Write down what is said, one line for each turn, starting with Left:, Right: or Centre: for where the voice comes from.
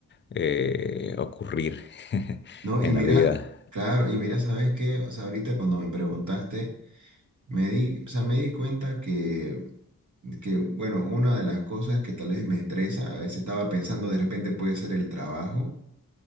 Left: eh, ocurrir <laughs>
Right: ¿no? Y
Left: en
Right: mira,
Left: la vida?
Right: claro, y mira, ¿sabes qué? O sea, ahorita cuando me preguntaste... Me di, o sea, me di cuenta que, que, bueno, una de las cosas que tal vez me estresa, a veces estaba pensando de repente puede ser el trabajo,